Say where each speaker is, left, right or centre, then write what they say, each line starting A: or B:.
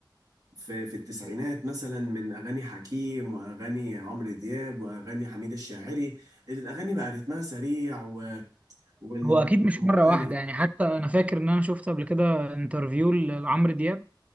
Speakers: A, on the right; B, on the right.
A: في في التسعينات مثلا من أغاني حكيم وأغاني عمرو دياب وأغاني حميد الشاعري الأغاني بقى رتمها سريع و- والموضوع
B: هو اكيد مش
A: مختلف
B: مرة واحدة يعني حتى انا فاكر ان انا شفت قبل كده انترفيو ل- لعمرو دياب